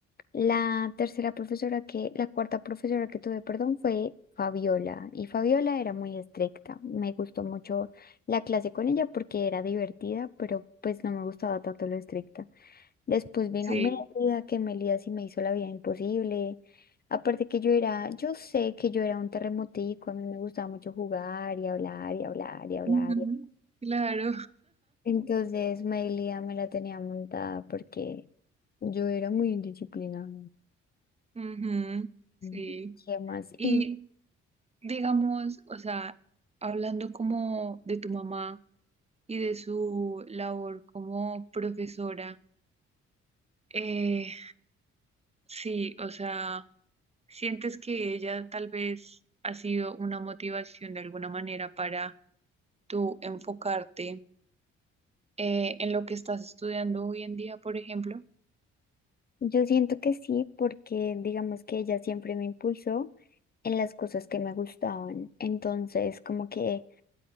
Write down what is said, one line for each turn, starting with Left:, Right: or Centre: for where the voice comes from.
Left: La tercera profesora que, la cuarta profesora que tuve, perdón, fue Fabiola. Y Fabiola era muy estricta. Me gustó mucho la clase con ella porque era divertida, pero pues no me gustaba tanto lo estricta. Después vino
Right: sí.
Left: Mélida, que Mélida sí me hizo la vida imposible. Aparte que yo era, yo sé que yo era un terremotico, a mí me gustaba mucho jugar y hablar y hablar y hablar.
Right: Ujú,
Left: y-
Right: Claro.
Left: Entonces Mélida me la tenía montada porque yo era muy indisciplinada.
Right: Ujú, sí.
Left: Mm, ¿Qué más?
Right: Y
Left: Y
Right: digamos, o sea, hablando como de tu mamá y de su labor como profesora, eh, sí, o sea, ¿sientes que ella tal vez ha sido una motivación de alguna manera para tú enfocarte eh, en lo que estás estudiando hoy en día, por ejemplo?
Left: yo siento que sí, porque digamos que ella siempre me impulsó en las cosas que me gustaban. Entonces, como que